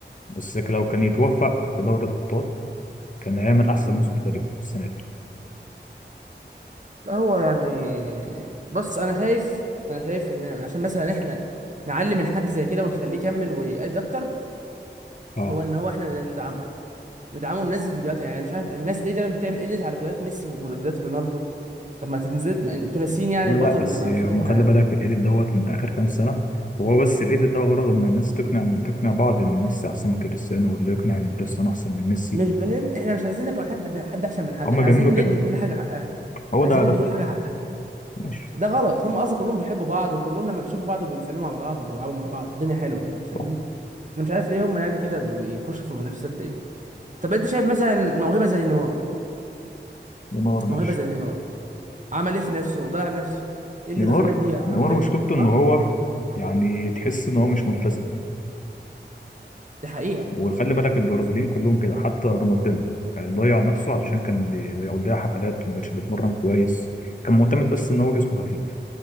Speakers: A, on the left; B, on the right.
A: بس لو كان يتوفق في دوري الابطال كان هيعمل احسن
B: لا.
A: موسم في تاريخه السنه دي
B: لا هو يعني بص انا شايف انا شايف ان عشان مثلا احنا نعلم الحد زي كده ونخليه يكمل ويأدي اكتر
A: اه
B: هو ان هو احنا اللي ندعمه ندعمه وننزل فيديوهات يعني مش عارف الناس ليه دايما بتعمل اديت على فيديوهات ميسي وفيديوهات رونالدو طب ما تنزل ما انتوا ناسيين يعني
A: لا
B: البطل
A: بس
B: اللي المفروض
A: هم
B: احنا
A: خلي بالك الايديت دوت من اخر كام سنه وهو بس الايديت ده غرضه ان الناس تقنع تقنع بعض ان ميسي احسن من كريستيانو واللي يقنع ان كريستيانو احسن من ميسي
B: مش بنب... احنا مش عايزين نقنع حد بحد احسن من حد
A: هم
B: احنا
A: بيعملوا
B: عايزين
A: كده
B: ندي كل حاجه حقها
A: هو
B: عايزين
A: ده هدفه
B: ندي كل حاجه حقها
A: ماشي
B: ده غلط هم اصلا كلهم بيحبوا بعض وكلهم لما بيشوفوا بعض بيتسلموا على بعض وبيلعبوا مع بعض الدنيا حلوه يعني فاهمني
A: صح
B: انا مش عارف ليه هم يعني كده بيخشوا في المنافسات دي طب انت شايف مثلا موهبه زي نيمار
A: نيمار ماشي
B: موهبه زي نيمار عمل ايه في نفسه ضيع نفسه ايه اللي
A: نيمار
B: خلاه يضيع
A: نيمار
B: عقليته
A: مشكلته ان
B: اه
A: هو يعني تحس ان هو مش ملتزم
B: دي حقيقه
A: وخلي بالك البرازيليين كلهم كده حتى رونالدينو يعني ضيع نفسه علشان كان بي- بيقضيها حفلات ما كانش بيتمرن كويس كان معتمد بس ان هو جسمه خفيف